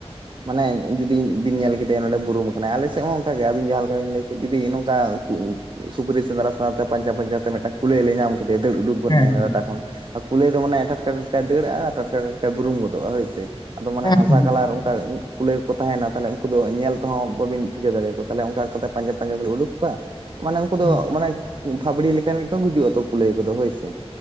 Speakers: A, on the right (about 50°); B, on the left (about 40°).
A: ᱢᱟᱱᱮ ᱡᱩᱫᱤ ᱵᱤᱱ ᱧᱮᱞ ᱠᱮᱫᱮᱭᱟ ᱱᱚᱸᱰᱮ ᱵᱩᱨᱩᱢ ᱟᱠᱟᱱᱟᱭ ᱟᱞᱮ ᱥᱮᱫ ᱦᱚᱸ ᱚᱱᱠᱟᱜᱮ ᱟᱵᱤᱱ ᱡᱟᱦᱟᱸ ᱞᱮᱠᱟ ᱵᱤᱱ ᱞᱟᱹᱭ ᱠᱮᱫ ᱡᱩᱫᱤ ᱱᱚᱝᱠᱟ ᱥᱩᱠᱨᱤ ᱥᱮᱸᱫᱽᱨᱟ ᱥᱮᱸᱫᱽᱨᱟ ᱛᱮ ᱯᱟᱸᱡᱮ ᱯᱟᱸᱡᱟ ᱛᱮ ᱢᱤᱫᱟᱝ ᱠᱩᱞᱟᱹᱭ ᱞᱮ ᱧᱟᱢ ᱠᱮᱫᱮᱭᱟ ᱫᱟᱹᱲ ᱩᱰᱩᱜ ᱜᱚᱫᱱᱟᱭ
B: ᱦᱮᱸ,
A: ᱞᱟᱴᱟ ᱠᱷᱚᱱ ᱟᱨ ᱠᱩᱞᱟᱹᱭ ᱫᱚ ᱢᱟᱱᱮ ᱴᱟᱴ ᱴᱟᱴᱠᱟᱭ ᱫᱟᱹᱲᱟᱜᱼᱟ ᱴᱟᱴ ᱴᱟᱴᱠᱟ‌ ᱴᱟᱴᱠᱟᱭ ᱵᱩᱨᱩᱢ ᱜᱚᱫᱚᱜᱼᱟ ᱦᱳᱭᱥᱮ ᱟᱫᱚ ᱢᱟᱱᱮ
B: ᱦᱮᱸ,
A: ᱦᱟᱥᱟ
B: ᱦᱮᱸ,
A: ᱠᱟᱞᱟᱨ ᱚᱱᱠᱟ ᱠᱩᱞᱟᱹᱭ ᱠᱚᱠᱚ ᱛᱟᱦᱮᱱᱟ ᱛᱟᱦᱚᱞᱮ ᱩᱱᱠᱩ ᱫᱚ ᱧᱮᱞ ᱛᱮᱦᱚᱸ ᱵᱟᱵᱤᱱ ᱴᱷᱤᱠᱟᱹ ᱫᱟᱲᱮᱭᱟ ᱠᱚᱣᱟ ᱛᱟᱦᱚᱞᱮ ᱚᱱᱠᱟ ᱚᱱᱠᱟ ᱛᱮ ᱯᱟᱸᱡᱟ ᱯᱟᱸᱡᱟ ᱠᱚᱞᱮ ᱩᱰᱩᱠ ᱠᱚᱣᱟ ᱢᱟᱱᱮ ᱩᱱᱠᱩ
B: ᱦᱮᱸ,
A: ᱫᱚ ᱢᱟᱱᱮ ᱯᱷᱟᱵᱽᱲᱤ ᱞᱮᱠᱟᱱ ᱜᱮᱠᱚ ᱜᱩᱡᱩᱜ ᱟᱛᱚ ᱠᱩᱞᱟᱹᱭ ᱠᱚᱫᱚ ᱦᱳᱭ ᱥᱮ